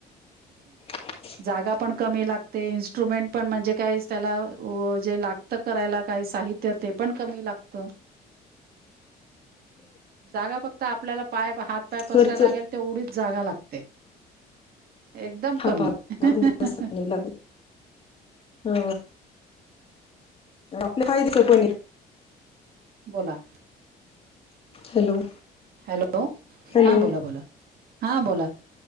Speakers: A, on the left; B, on the right.
A: <unintelligible>
B: जागा पण कमी लागते, इन्स्ट्रुमेंट पण म्हणजे काय त्याला जे लागत करायला काय साहित्य ते पण कमी लागतं.
A: <unintelligible>
B: जागा फक्त आपल्याला पाय हात पाय पसरायला
A: खर्च
B: लागेल तेवढीच जागा लागते. एकदम
A: हा
B: कमी. अह
A: पण जास्त
B: ह ह.
A: नाही लागत हा आपल्या फायद्याच कोणी
B: बोला.
A: हॅलो!
B: हॅलो!
A: हॅलो
B: हा बोला बोला हा बोल.